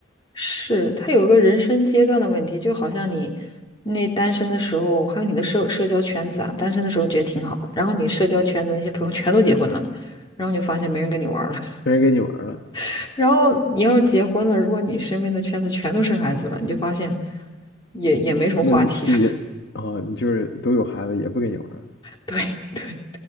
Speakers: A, on the left; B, on the left.
A: 是，他有一个人生阶段的问题，就好像你那单身的时候，还有你的社社交圈子啊，单身的时候觉得挺好的，然后你社交圈子那些朋友全都结婚了，然后你就发现没人跟你玩儿了。
B: 没人跟你玩儿了，
A: <laughs> 然后你要是结婚了，如果你身边的圈子全都生孩子了，你就发现也也没什么话题了。
B: 那你也啊、你就是都有孩子也不跟你玩儿，
A: <laughs> 对对，